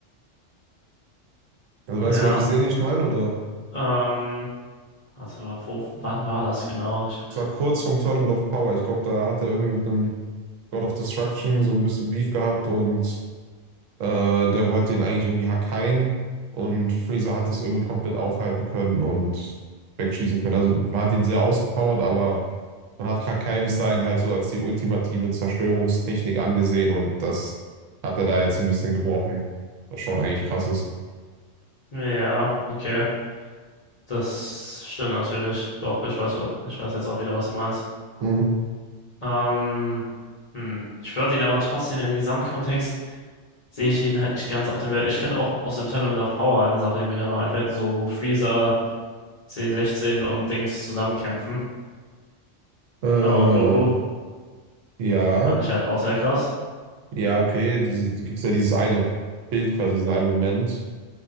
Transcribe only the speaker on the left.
ja.
Ähm, also wo, wann war das genau? Ich hab,
ja, okay. Das stimmt natürlich. Doch, ich weiß, ich weiß jetzt auch wieder, was du meinst.
Ähm, hm. Ich würde ihn aber trotzdem im Gesamtkontext sehe ich ihn halt nicht ganz auf dem Level. Ich finde auch aus dem Tournament of Power eine Sache, die mir gerade noch einfällt, so wo Freezer, c sechzehn und Dings zusammenkämpfen.
Äh, und Goku
fand ich halt auch sehr krass.